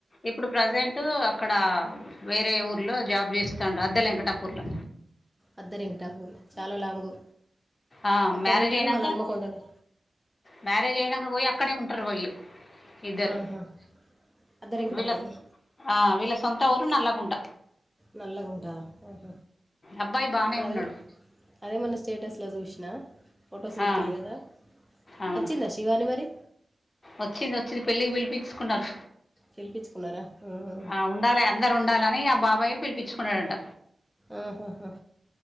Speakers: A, on the left (about 40°); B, in the centre.
A: ఇప్పుడు ప్రజెంట్ అక్కడ వేరే ఊరు. లో జాబ్ చేస్తుండు అద్దలేంకటాపూర్లో.
B: అద్దలేంకటాపూర్ చాలా లాంగు
A: ఆ
B: అక్కడ
A: మ్యారేజ్
B: ఉంటాడు
A: అయినాక
B: మళ్ళ అన్మకొండలు.
A: మ్యారేజ్ అయినాక పోయి అక్కడే ఉంటారు వీళ్ళు ఇద్దరు.
B: ఆహా. అద్దె వెంకటాపూర్లో
A: విలకు ఆహ్ వీళ్ళ సొంత ఊరు నల్ గుంట.
B: నలగుంటా ఓహ
A: అబ్బాయి బానే
B: అదే.
A: ఉన్నాడు
B: అదే మొన్న స్టేటస్లో చూసినా ఫొటోస్ పెట్టిలు
A: ఆ
B: కదా.
A: అవును
B: వచ్చిందా శివాని మరి.
A: వచ్చింది వచ్చింది పెళ్ళికి పిలిపించుకున్నారు.
B: పిలిపించుకున్నారా ఆహా.
A: ఆహ్ ఉండాలి అందరు ఉండాలని ఆ బాబాయే పిలిపించుకున్నాడట.
B: ఆహ్ ఆహా.